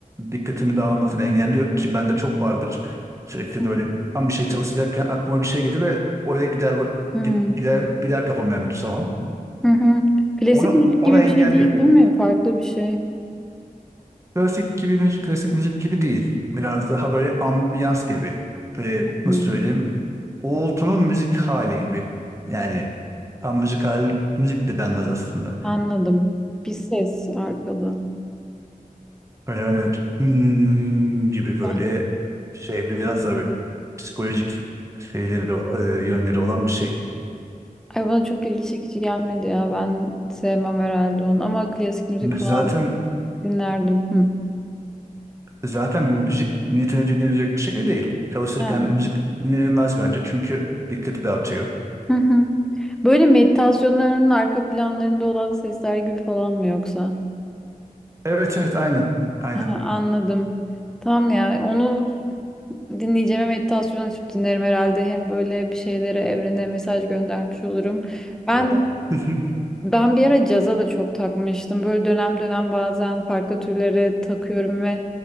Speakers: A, on the right; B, in the centre.
A: dikkatimi dağılmasını engelliyor ki bende çok vardır. Sürekli
B: Hı
A: böyle tam bir şey çalışacakken aklıma bir şey gelir ve oraya gider
B: hı.
A: git- gider gider kafam yani tutamam.
B: hı hı. Klasik
A: Onu
B: müzik
A: onu
B: gibi
A: engelliyor.
B: bir şey değil, değil mi? Farklı bir şey.
A: Klasik gibi müzik, klasik müzik gibi değil. Biraz daha böyle ambiyans gibi. Böyle
B: Hı,
A: nasıl söyleyeyim? Uğultunun müzik hali gibi. Yani tam müzik hali müzik de denmez aslında.
B: anladım. Bir ses arkalı.
A: Öyle hani "Hmm" gibi böyle
B: Ah,
A: şey biraz da böyle psikolojik şeyleri e, yönleri olan bir şey.
B: Ay bana çok ilgi çekici gelmedi ya. Ben sevmem herhalde onu ama klasik müzik falan
A: Zaten
B: dinlerdim. Hı.
A: zaten müzik niyetine dinlenecek bir şey değil. Çalışırken
B: Ha,
A: müzik dinlenilmez bence çünkü dikkati dağıtıyor.
B: Hı hı. Böyle meditasyonların arka planlarında olan sesler gibi falan mı yoksa?
A: Evet evet aynen aynen.
B: Ha, anladım. Tamam ya. Onu dinleyeceğime meditasyon açıp dinlerim herhalde. Hem böyle bir şeylere evrene mesaj göndermiş olurum. Ben
A: Doğru. <laughs>
B: Ben bir ara caza da çok takmıştım. Böyle dönem dönem bazen farklı türlere takıyorum ve